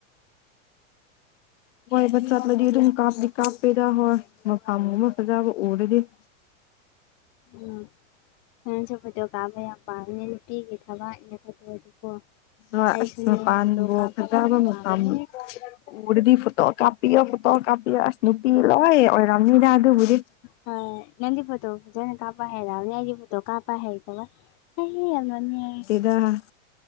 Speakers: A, on the left; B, on the left.
A: ꯀꯣꯏꯕ ꯆꯠꯂꯗꯤ ꯑꯗꯨꯝ ꯀꯥꯞꯇ ꯀꯥꯞꯄꯦꯗ ꯍꯣꯏ ꯃꯐꯝ ꯑꯃ ꯐꯖꯕ ꯎꯔꯗꯤ
B: ꯎꯝ ꯅꯪꯁꯨ ꯐꯣꯇꯣ ꯀꯞꯄꯥ ꯌꯥꯝ ꯄꯥꯝꯒꯅꯤ ꯅꯨꯄꯤꯒꯤ ꯊꯕꯛ ꯅꯤꯅ ꯐꯣꯠꯇꯣꯗꯤ ꯀꯣ
A: ꯍꯣꯏ
B: ꯑꯩꯥꯁꯨꯨꯅꯤ
A: ꯑꯁ ꯃꯄꯥꯟꯕꯨ
B: ꯐꯣꯇꯣ ꯀꯞꯄ
A: ꯐꯖꯕ
B: ꯌꯥꯝ ꯄꯥꯝꯃꯦ
A: ꯃꯐꯝ ꯎꯔꯗꯤ ꯐꯣꯇꯣ ꯀꯥꯄꯤꯌꯣ ꯐꯣꯇꯣ ꯀꯥꯄꯤꯌꯣ ꯏꯁ ꯅꯨꯨꯄꯤ ꯂꯣꯏ ꯑꯣꯏꯔꯝꯅꯤꯗ ꯑꯗꯨꯕꯨꯗꯤ
B: ꯍꯣꯏ ꯅꯥꯪꯗꯤ ꯐꯣꯇꯣ ꯐꯖꯅ ꯀꯥꯄ ꯍꯥꯏꯔꯝꯅꯤ ꯑꯩꯗꯤ ꯐꯠꯇꯣ ꯀꯥꯞꯄ ꯍꯩꯇꯕꯩ ꯑꯩ ꯌꯥꯝꯅꯅꯦ
A: ꯗꯥ